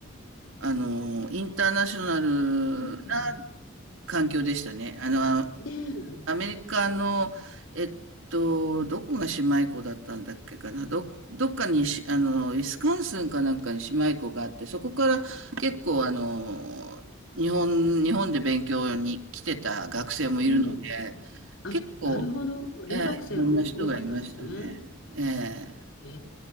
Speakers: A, on the right; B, on the left.
A: あの、インターナショナルな
B: うん。
A: 環境でしたね。あの、
B: ねえ、
A: アメリカの、えっと、どこが姉妹校だったんだっけかな。ど、どっかにし、あの、ウィスカンスンかなんかに姉妹校があって、そこから結構あの、日本、日本で勉強に来てた学生もいるので、
B: うん。あ、
A: 結構、
B: なるほど。留学生も多かったんですね。
A: ええ、いろんな人がいましたね。え
B: え